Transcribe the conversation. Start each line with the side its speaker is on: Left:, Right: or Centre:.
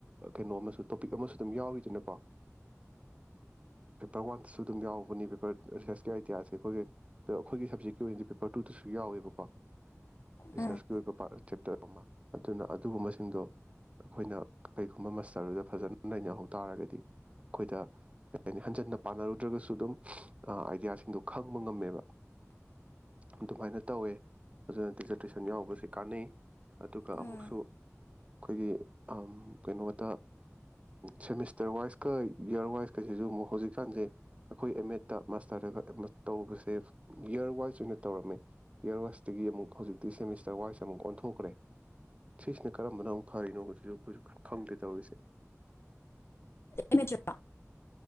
Right: ꯀꯩꯅꯣ ꯑꯃꯁꯨ ꯇꯣꯄꯤꯛ ꯑꯃꯁꯨ ꯑꯗꯨꯝ ꯌꯥꯎꯔꯤꯗꯅꯀꯣ ꯄꯦꯄꯔ ꯋꯥꯟꯗꯁꯨ ꯑꯗꯨꯝ ꯌꯥꯎꯕꯅꯤ ꯄꯦꯄꯔ ꯔꯤꯁꯔꯁꯀꯤ ꯑꯥꯏꯗꯤꯌꯥꯁꯦ ꯑꯩꯈꯣꯏꯒꯤ ꯑꯩꯈꯣꯏꯒꯤ ꯁꯕꯖꯦꯛꯀꯤ ꯑꯣꯏꯅꯗꯤ ꯄꯦꯄꯔ ꯇꯨꯗꯁꯨ ꯌꯥꯎꯋꯦꯕꯀꯣ ꯔꯤꯁꯔꯁꯀꯤ
Left: ꯎꯝ
Right: ꯑꯣꯏꯕ ꯆꯦꯞꯇꯔ ꯑꯃ ꯑꯗꯨꯅ ꯑꯗꯨꯒꯨꯝꯕꯁꯤꯡꯗꯣ ꯑꯩꯈꯣꯏꯅ ꯀꯩꯒꯨꯝꯕ ꯃꯁꯇꯔꯗꯨꯗ ꯐꯖꯅ ꯅꯩꯅꯍꯧ ꯇꯥꯔꯒꯗꯤ ꯑꯩꯈꯣꯏꯗ ꯀꯩ ꯍꯥꯏꯅꯤ ꯍꯟꯖꯟꯅ ꯄꯥꯟꯅꯔꯨ ꯅꯠꯇ꯭ꯔꯒꯁꯨ ꯑꯗꯨꯝ ꯑꯥꯏꯗꯤꯌꯥꯁꯤꯡꯗꯣ ꯈꯪꯕ ꯉꯝꯃꯦꯕ ꯑꯗꯨꯃꯥꯏꯅ ꯇꯧꯋꯦ ꯑꯗꯨꯅ ꯗꯤꯖꯔꯇꯦꯁꯟ ꯌꯥꯎꯒꯁꯦ ꯀꯥꯟꯅꯩ ꯑꯗꯨꯒ
Left: ꯎꯝ
Right: ꯑꯃꯨꯛꯁꯨ ꯑꯩꯈꯣꯏꯒꯤ ꯀꯩꯅꯣꯗ ꯁꯦꯃꯤꯁꯇꯔ ꯋꯥꯏꯁꯀ ꯏꯌꯥꯔ ꯋꯥꯏꯁꯀꯁꯤꯁꯨ ꯑꯃꯨꯛ ꯍꯧꯖꯤꯛꯀꯥꯟꯁꯦ ꯑꯩꯈꯣꯏ ꯑꯦꯝ ꯑꯦꯗꯠꯇ ꯃꯥꯁꯇꯔꯗ ꯇꯧꯕꯁꯦ ꯏꯌꯔ ꯋꯥꯏꯁ ꯑꯣꯏꯅ ꯇꯧꯔꯝꯃꯦ ꯏꯌꯔ ꯋꯥꯏꯁꯇꯒꯤ ꯑꯃꯨꯛ ꯍꯧꯖꯤꯛꯇꯤ ꯁꯦꯃꯤꯁꯇꯔ ꯋꯥꯏꯁ ꯑꯃꯨꯛ ꯑꯣꯟꯊꯣꯛꯈ꯭ꯔꯦ ꯁꯤꯁꯤꯅ ꯀꯔꯝꯕꯅ ꯑꯃꯨꯛ ꯐꯔꯤꯅꯣ ꯍꯧꯖꯤꯛꯁꯨ ꯑꯩꯈꯣꯏꯁꯨ ꯈꯪꯗꯦ ꯇꯧꯔꯤꯁꯦ
Left: ꯃꯦ ꯆ